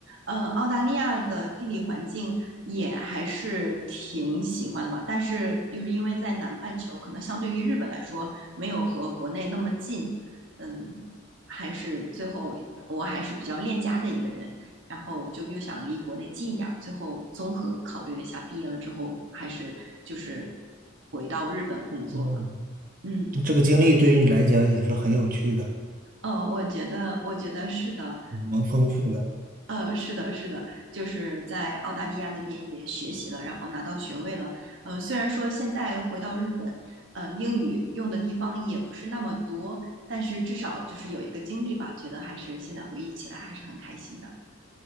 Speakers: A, on the right; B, on the right.
A: 嗯，澳大利亚的地理环境也还是挺喜欢的吧，但是就是因为在南半球，可能相对于日本来说，没有和国内那么近，嗯，还是最后我还是比较恋家的一个人，然后就又想离国内近一点儿，最后综合考虑了一下，毕业了之后还是就是回到日本工作了，
B: 哦，
A: 嗯。
B: 这个经历对于你来讲也是很有趣的，
A: 哦，我觉得，我觉得是的，
B: 蛮丰富的。
A: 呃，是的，是的，就是在澳大利亚那边也学习了，然后拿到学位了。呃，虽然说现在回到日本，呃，英语用的地方也不是那么多，但是至少就是有一个经历吧，觉得还是现在回忆起来还是很开心的。